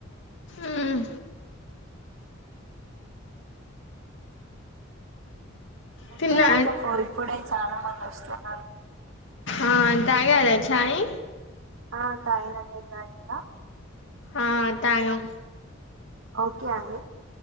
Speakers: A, on the left (about 65°); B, on the right (about 85°).
A: ఉమ్
B: ముందు
A: తిన్నా
B: రాకపో ఇప్పుడే చాలా మంది ఒస్తారు
A: అ తాగార చాయి
B: ఆ తాగినం మీర్ తాగిల
A: ఆ తాగం
B: ఓకే అండి